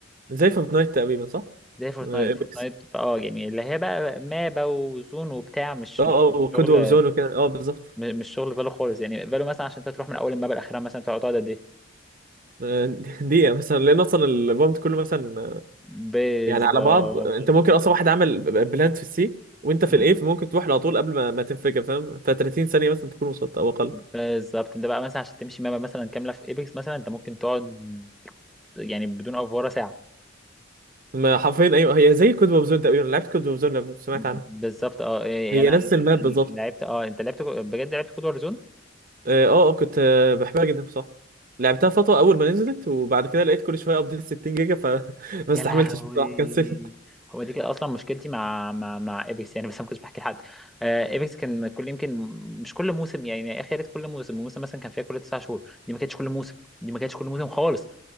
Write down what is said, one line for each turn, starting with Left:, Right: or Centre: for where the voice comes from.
Right: زي فورتنايت تقريبا صح
Centre: زي فورتنايت
Right: ايبكس
Centre: فورتنايت اه يعني اللي هي بقى مابا وزون وبتاع مش
Right: اه
Centre: مش مش
Right: اه وكود
Centre: شغل
Right: وور زون وكده اه بالظبط
Centre: م- مش شغل فالو خالص يعني فالو مثلا عشان انت تروح من اول المابا لاخرها مثلا تقعد تقعد قد ايه
Right: آه، دقيقة مثلا لأن أصلا البامب كله مثلا آه،
Centre: بالظبط
Right: يعني على بعض أنت ممكن أصلا واحد عمل بلانت في السي وأنت في
Centre: مم؟
Right: الإيه فممكن تروح له على طول قبل ما, ما تنفجر فاهم ف 30 ثانية مثلا تكون وصلت أو أقل
Centre: بالظبط انت بقى مثلا عشان تمشي مابا مثلا كامله في ايبكس مثلا انت ممكن تقعد يعني بدون افوره ساعه
Right: ما حرفيا أيوه هي زي كود ووب زون تقريبا لعبت كود ووب زون لو سمعت
Centre: بالظبط
Right: عنها
Centre: اه يعني
Right: هي
Centre: أنا
Right: نفس مم. الماب بالظبط
Centre: لعبت اه انت لعبت بجد لعبت كود وارزون
Right: أه آه، كنت آه، بحبها جدا بصراحة لعبتها فترة أول ما نزلت وبعد كده لقيت كل شوية أبديت 60 جيجا فما <laughs> استحملتش
Centre: يا لهوي
Right: بصراحة كنسلت
Centre: هو دي كده اصلا مشكلتي مع مع مع ايبكس يعني بس انا ما كنتش بحكي لحد آه، ايبكس كان كل يمكن مش كل موسم يعني اخر كل موسم موسم مثلا كان فيها كل تسع شهور دي ما كانتش كل موسم دي ما كانتش كل موسم خالص